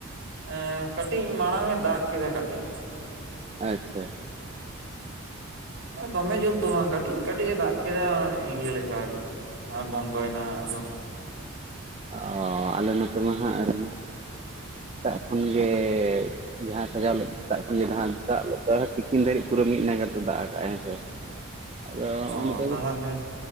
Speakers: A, on the right; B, on the right.
A: ᱮᱸ ᱠᱟᱹᱴᱤᱡ ᱢᱟᱲᱟᱝ ᱮ ᱫᱟᱜ ᱠᱮᱫᱟ ᱠᱟᱴᱤᱡ᱾
B: ᱟᱪᱪᱷᱟ᱾
A: ᱫᱚᱢᱮ ᱡᱩᱛ ᱫᱚ ᱵᱟᱝ ᱠᱟᱹᱴᱤᱡ ᱠᱟᱹᱴᱤᱡ ᱮ ᱫᱟᱜ ᱠᱮᱫᱟ ᱤᱭᱟᱹ ᱞᱮᱠᱟ ᱜᱮ ᱟᱨ ᱵᱚᱱᱫᱚᱭᱮᱱᱟ ᱦᱟᱸ ᱟᱫᱚ
B: ᱚ ᱟᱞᱮ ᱱᱚᱛᱮ ᱢᱟ ᱦᱟᱸᱜ ᱥᱮᱛᱟᱜ ᱠᱷᱚᱱ ᱜᱮ ᱡᱟᱦᱟᱸᱭ ᱥᱟᱡᱟᱣ ᱞᱮᱫ ᱥᱮᱛᱟᱜ ᱠᱷᱚᱱ ᱫᱟᱜ ᱞᱮ ᱛᱤᱠᱤᱱ ᱫᱷᱟᱹᱨᱤᱡ ᱯᱩᱨᱟᱹ ᱢᱤᱫ ᱱᱟᱜᱟᱨ ᱛᱮ ᱫᱟᱜ ᱟᱠᱟᱜ ᱟᱭ ᱦᱮᱸ ᱥᱮ᱾ <inaudible> ᱟᱫᱚ ᱱᱚᱜᱼᱚᱭ
A: ᱚ
B: ᱱᱤᱛᱚᱜ
A: ᱛᱟᱦᱚᱞᱮ